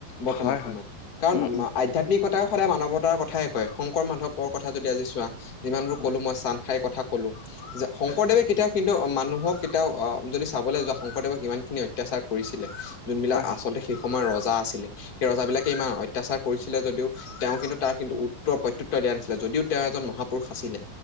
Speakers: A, on the left (about 30°); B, on the left (about 80°).
A: বৰ্তমান
B: হয়
A: সময়ত
B: হয়
A: কাৰণ
B: উম
A: আ
B: উম
A: মা আধ আধ্যাত্মিকতাইও সদায় মানৱতাৰ কথাই কয় শংকৰ মাধৱৰ কথা যদি আজি চোৱা যিমানবোৰ
B: হয়
A: কলো মই চান খাইৰ কথা কলো, যে শংকৰদেৱে কেতিয়াও কিন্তু মানুহক এতিয়াও অ যদি চাবলৈ যোৱা শংকৰদেৱক ইমান খিন অত্যাচাৰ কৰিছিলে যোনবিলাক
B: হয়
A: আচলতে সেই সময়ত ৰজা আছিলে, সেই ৰজাবিলাকে ইমান অত্যাচাৰ কৰিছিলে যদিও তেওঁ কিন্তু তাৰ কিন্তু উত্তৰ প্ৰত্যুত্তৰ দিয়া নাছিলে যদিও তেওঁ এজন মহাপুৰুষ আছিলে